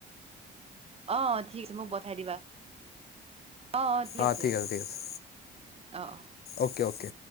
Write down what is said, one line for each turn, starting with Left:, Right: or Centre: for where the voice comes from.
Right: অ অ ঠিক আছে মোক পঠাই দিবা অ অ ঠিক
Left: অঁ
Right: আছে
Left: ঠিক আছে
Right: অ অ
Left: অ'কে অ'কে